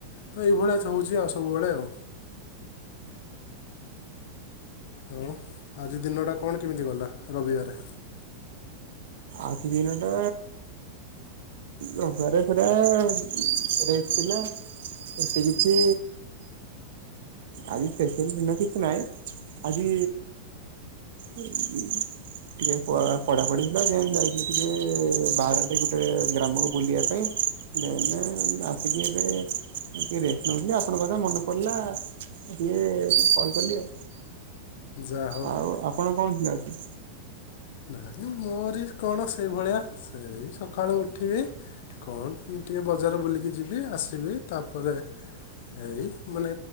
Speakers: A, on the left; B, on the right.
A: ତ ଏହି ଭଳିଆ ହଉଚି ଆଉ ସବୁବେଳେ ଆଉ। <unintelligible> ଆଜି ଦିନଟା କଣ କେମିତି ଗଲା ରବିବାରେ?
B: ଆଜି ଦିନ ଟା ରବାରେ ପୁରା ରେଷ୍ଟ ଥିଲା। ଏତେ କିଛି ଆଜି ସ୍ଫେଶିଆଲ ଦିନ କିଛି ନାହିଁ। ଆଜି ଉଁ, ଟିକେ ପଳା ପଢାପଢି। ବାସ୍ ସେମ ଯାଇଥିଲି ଟିକେ ବାହାର ଟିକ ଗୋଟେ ଗ୍ରାମକୁ ବୁଲିବା ପାଇଁ। ଦେନେ ଆସିକି ଏବେ ଟିକେ ରେଷ୍ଟ ନଉଚି ଯେ, ଆପଣଙ୍କ କଥା ମନେ ପଡିଲା। ଏ ଟିକେ କଲ୍ କଲି ଆଉ।
A: ଯାହା ହେଉ
B: ଆଉ ଆପଣ କଣ ଥିଲା ଆଜି?
A: ନାହିଁ ମୋରି କଣ ସେଇଭଳିଆ, ସେଇ ସକାଳୁ ଉଠିବି କଣ ଟିକେ ବଜାର ବୁଲିକି ଯିବି। ଆସିବି ତାପରେ ଏଇ ମାନେ